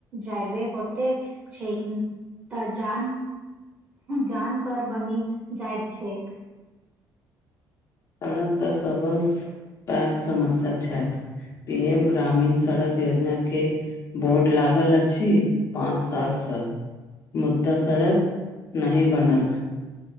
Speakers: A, on the right (about 30°); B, on the left (about 45°).
A: जायबे होते। छैक। तऽ जान जान पर बनि जाइत छैक।
B: सड़क तऽ सबस पैक समस्या छैक। पी एम ग्रामीण सड़क योजना के बोर्ड लागल अछि पाँच सालसँ मुद्दा सड़क नही बनल हँ।